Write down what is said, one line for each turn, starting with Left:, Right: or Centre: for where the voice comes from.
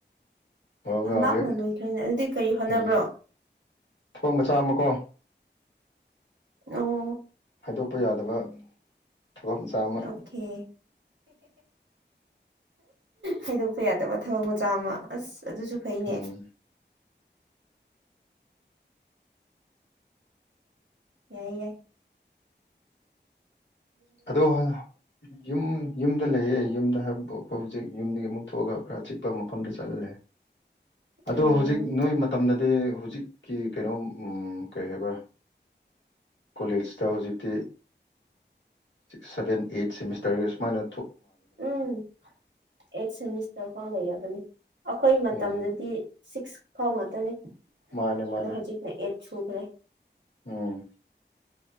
Left: ꯑꯗꯨꯒ
Right: ꯌꯥꯝ ꯂꯥꯞꯅ
Left: ꯍꯧꯖꯤꯛ
Right: ꯂꯣꯏꯈ꯭ꯔꯦꯅꯦ ꯑꯗꯨꯗꯤ ꯀꯔꯤ ꯍꯣꯠꯅꯕ꯭ꯔꯣ
Left: ꯎꯝ ꯊꯕꯛ ꯃꯆꯥ ꯑꯃꯀꯣ
Right: ꯑꯣ
Left: ꯍꯥꯏꯗꯣꯛꯄ ꯌꯥꯗꯕ ꯊꯕꯛ ꯃꯆꯥ ꯑꯃ
Right: ꯑꯣꯀꯦ ꯍꯥꯏꯗꯣꯛꯄ ꯌꯥꯗꯕ ꯊꯕꯛ ꯃꯆꯥ ꯑꯃ ꯑꯁ ꯑꯗꯨꯁꯨ ꯐꯩꯅꯦ
Left: ꯎꯝ
Right: ꯌꯥꯏꯌꯦ
Left: ꯑꯗꯣ ꯌ ꯌ ꯑꯗ ꯂꯩꯌꯦ ꯌꯨꯝꯗ ꯍꯥꯏꯕꯕꯨ ꯑꯩꯈꯣꯏ ꯍꯧꯖꯤꯛ ꯌꯨꯝꯗꯒꯤ ꯑꯃꯨꯛ ꯊꯣꯛꯑꯒ ꯈꯔ ꯑ ꯆꯤꯛꯄ ꯃꯐꯝꯗ ꯆꯠꯍꯜꯂꯦ ꯑꯣ
Right: ꯎꯝ
Left: ꯍꯧꯖꯤꯛ ꯅꯣꯏ ꯃꯇꯝꯗꯗꯤ ꯍꯧꯖꯤꯛꯀꯤ ꯀꯩꯅꯣ ꯀꯩ ꯍꯥꯏꯕ ꯀꯣꯂꯦꯖꯇ ꯍꯧꯖꯤꯛꯇꯤ ꯁꯚꯦꯟ ꯑꯩꯠ ꯁꯤꯦꯃꯤꯁꯇꯔ ꯁꯨꯃꯥꯏꯅ
Right: ꯎꯝ ꯑꯩꯠ ꯁꯦꯃꯤꯁꯇꯔ ꯐꯥꯎ ꯂꯩꯕꯅꯤ ꯑꯩꯈꯣꯏ ꯃꯇꯝꯗꯗꯤ
Left: ꯎꯝ
Right: ꯁꯤꯛꯁ ꯐꯥꯎ ꯉꯥꯛꯇꯅꯦ
Left: ꯃꯥꯅꯦ ꯃꯥꯅꯦ
Right: ꯑꯗꯣ ꯍꯧꯖꯤꯛꯅ ꯑꯩꯠ ꯁꯨꯈ꯭ꯔꯦ
Left: ꯎꯝ